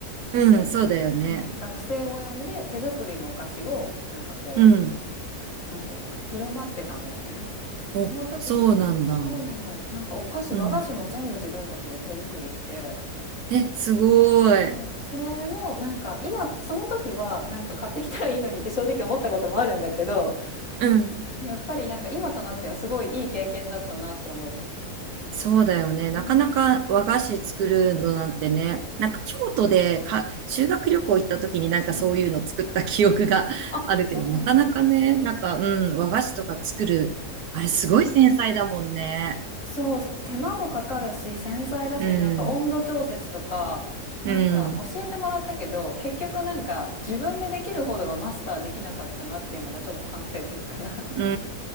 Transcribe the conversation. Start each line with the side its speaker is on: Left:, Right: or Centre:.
Right: うん。
Left: ええ
Right: そうだよね。
Left: うん、学生を呼んで手作りのお菓子をなんかこ
Right: うん。
Left: う、なんていうのかな、振る舞ってたんだよね。
Right: お、
Left: その時に、
Right: そうなんだ。
Left: そうなの。なんかお菓子、
Right: うん。
Left: 和菓子も全部自分たちで手作りして、
Right: え、すごい。
Left: もうそれもなんか今、その時はなんか買ってきたらいいのにって正直思ったこともあるんだけど、
Right: うん。
Left: やっぱりなんか今となってはすごいいい経験だったなって思う。
Right: そうだよね。なかなか和菓子作るのなんてね、
Left: うん。
Right: なんか京都でか修学旅行行った時になんかそういうの作った記憶が
Left: うん。
Right: <laughs>
Left: あ、
Right: あるけど、
Left: そうなんだ。
Right: なかなかね、なんか、うん、和菓子とか作る。あれすごい繊細だもんね。
Left: そう、手間もかかるし、繊細だし、
Right: うん、
Left: なんか温度調節とか、なんか教えてもらったけど、
Right: うん、
Left: 結局なんか自分でできるほどはマスターできなかったなっていうのがちょっと反省点かな。
Right: う